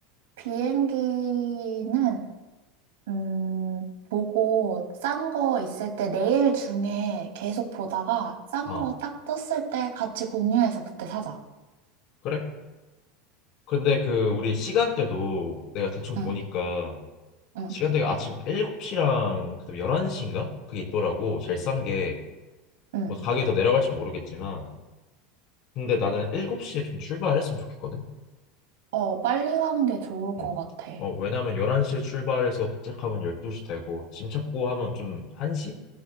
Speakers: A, on the right; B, on the left.
A: 비행기는, 음, 보고 싼 거 있을 때 내일 중에 계속 보다가 싼
B: 어.
A: 거 딱 떴을 때 같이 공유해서 그때 사자.
B: 그래? 근데 그 우리 시간대도 내가 대충 보니까
A: 응, 응,
B: 시간대가 아침 7시랑 그다음에 11시인가? 그게 있더라고. 제일 싼 게
A: 응.
B: 뭐 가격이 더 내려갈지 모르겠지만 근데 나는 7시에 좀 출발했으면 좋겠거든.
A: 어, 빨리 가는 게 좋을
B: 응.
A: 것 같아.
B: 어, 왜냐면 11시에 출발해서 도착하면 12시 되고 짐 찾고 하면 좀 1시?